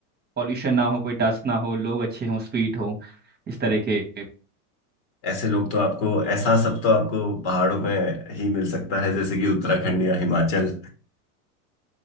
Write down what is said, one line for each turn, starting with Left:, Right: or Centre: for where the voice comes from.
Right: पॉल्यूशन ना हो कोई डस्ट ना हो लोग अच्छे हों स्वीट हो इस तरह के
Left: ऐसे लोग तो आपको ऐसा सब तो आपको पहाड़ों में ही मिल सकता है जैसे कि उत्तराखंड या हिमाचल